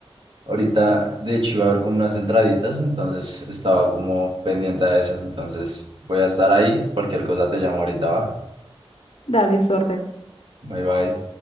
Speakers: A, on the right (about 60°); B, on the left (about 80°).
A: ahorita, de hecho, iba a haber como unas entraditas, entonces estaba como pendiente de eso. Entonces voy a estar ahí, cualquier cosa te llamo ahorita, ¿va?
B: <laughs> Dale, suerte.
A: Bye, bye.